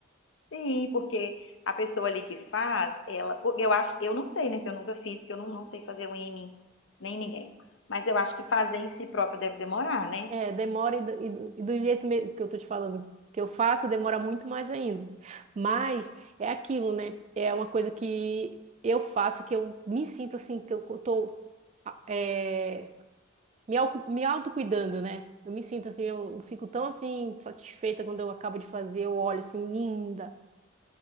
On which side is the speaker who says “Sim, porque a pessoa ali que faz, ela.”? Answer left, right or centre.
Left